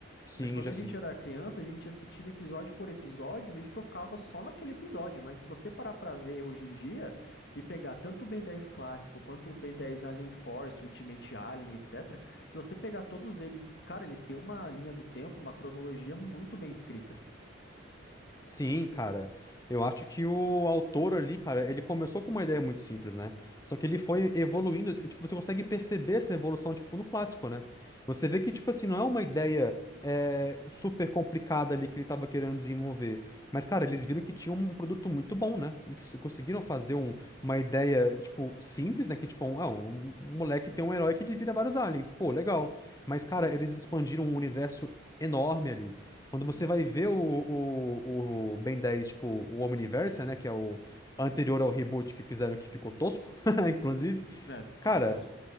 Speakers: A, on the left; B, on the left.
A: sim,
B: Mas quando
A: já
B: a gente
A: sim.
B: era criança, a gente assistia episódio por episódio e focava só naquele episódio. Mas se você parar pra ver hoje em dia e pegar tanto o Ben 10 clássico quanto o Ben 10 Alien Force, Ultimate Alien, etc., se você pegar todos eles, cara, eles têm uma linha do tempo, uma cronologia muito bem escrita.
A: Sim, cara. Eu acho que o autor ali, cara, ele começou com uma ideia muito simples, né? Só que ele foi evoluindo, e, tipo, você consegue perceber essa evolução, tipo, no clássico, né? Você vê que, tipo assim, não é uma ideia é, super complicada ali que ele tava querendo desenvolver. Mas, cara, eles viram que tinha um produto muito bom, né? E que se- conseguiram fazer um- uma ideia, tipo, simples, né? Que, tipo, um, ah, um, um moleque tem um herói que ele vira vários aliens. Pô, legal. Mas, cara, eles expandiram um universo enorme ali. Quando você
B: Sim.
A: vai ver o, o, o Ben 10, tipo, o Omniverse, né? Que é o anterior ao reboot que fizeram que ficou tosco, <laughs>
B: Uhum.
A: inclusive.
B: É, ficou
A: Cara,
B: bem tosco.